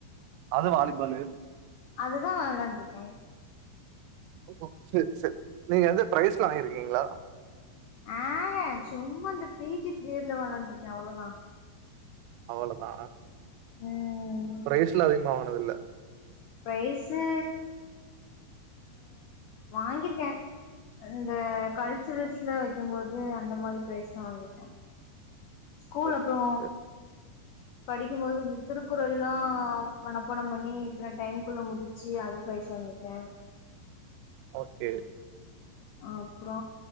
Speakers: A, on the right; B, on the left.
A: அது வாலிபாலு
B: அதுதா விளாண்ட்ருக்கே
A: ஓ சரி சரி நீங்க எந்த பிரைஸ்லா வாங்கிருக்கீங்களா
B: ஆக சும்மா அந்த பீட்டி பீரியட்ல விளான்ட்ருக்கே அவ்வளவுதா
A: அவ்வளதா
B: ம்
A: பிரைஸ்ல அதிகமா வாங்குனதில்ல
B: ப்ரைஸு வாங்கிருக்கே இந்த கல்ச்சுரல்ஸ்ல வைக்கும்போது அந்த மாதிரி பிரைஸ்தா வாங்கிருக்கே ஸ்கூல்
A: ஓ
B: அப்புறோ
A: ஓகே
B: படிக்கும் போது இந்த திருக்குறள்லாம் மனப்பாடம் பண்ணி இத்தன டைம்குள்ள முடி ச்சி அது ப்ரைஸ் வாங்கிருக்கே
A: ஓகே
B: அப்புறோ